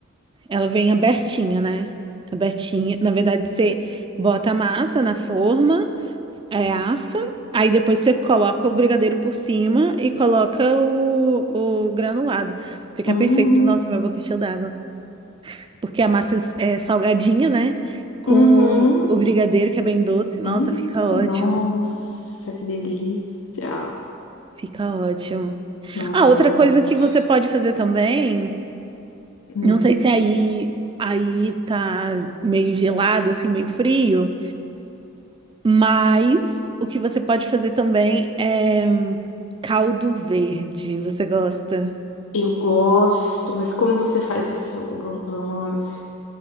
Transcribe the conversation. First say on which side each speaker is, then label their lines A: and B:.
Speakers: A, on the right; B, on the left.
A: Ela vem abertinha, né? Abertinha. Na verdade, você bota a massa na forma, é, assa, aí depois você coloca o brigadeiro por cima e coloca o, o granulado. Fica
B: Hum,
A: perfeito. Nossa, minha boca encheu d'água. Porque a massa é salgadinha, né? Com
B: Uhum.
A: o, o brigadeiro, que é bem doce. Nossa,
B: Hum,
A: fica ótimo.
B: Nossa, que delícia.
A: Fica ótimo.
B: Nossa,
A: Ah, outra
B: realmente.
A: coisa que você pode fazer também,
B: Hum.
A: não sei se aí, aí tá meio gelado, assim, meio frio. Mas o que você pode fazer também é hum, caldo verde. Você gosta?
B: Eu gosto, mas como você faz o seu? V- Vamos,